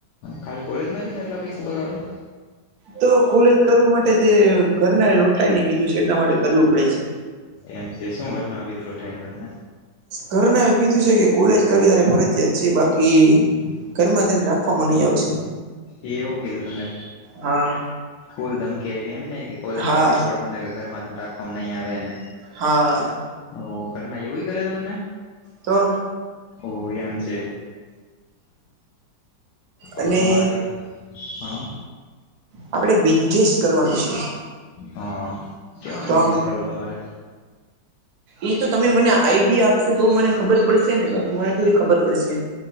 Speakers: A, on the left; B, on the right.
A: ખાલી કોલેજ માં ને એટલા પૈસા બગાડો.
B: તો કોલેજ કરવા માટે તે ઘરના લોઠાઈ ને કીધું છે એટલા માટે કરવું પડે છે.
A: એમ છે શું ઘર આવી લોઠાય ને તમને?
B: ઘરના એ કીધું છે કે કોલેજ કરવી તારે ફરજિયાયાત છે. બાકી ઘરમાં તેને રાખવામાં નહી આવશે.
A: એ એવું કીધું તમને
B: હા
A: ફૂલ ધમકી આપી એમ ને કે કોલેજ
B: હા
A: કરવી જ પડશે તમને ઘરમાં તને રાખકવામાં નહી આવે ને.
B: હા.
A: હ ઘર ના એવું કરે તમને.
B: તો
A: ઓહ એમ છે.
B: અને
A: તો તમારા ઘર હા
B: આપણે બિઝનેસ કરવાનું છે
A: હા કેવાનો
B: તો
A: બિઝનેસ
B: આમ
A: કરવા તમારે
B: એ તો તમે મને આઈડિયા આપશો તો મને ખબર પડશે ને બાકી મને થોડી ખબર પડશે.